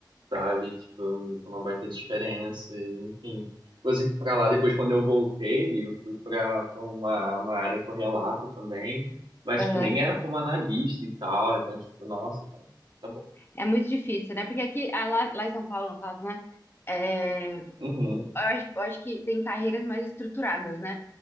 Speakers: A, on the right; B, on the left.
A: sabe? Tipo, foi uma baita diferença, e, enfim. Coisa que pra lá, depois quando eu voltei, eu fui pra, pra uma, uma área correlata também, mas,
B: Aham.
A: tipo, nem era como analista e tal, então, tipo, nossa, cara, tá bom.
B: É muito difícil, né? Porque aqui, ah, lá, lá em São Paulo, no caso, né? É, eu
A: Uhum,
B: acho, eu acho que tem carreiras mais estruturadas, né?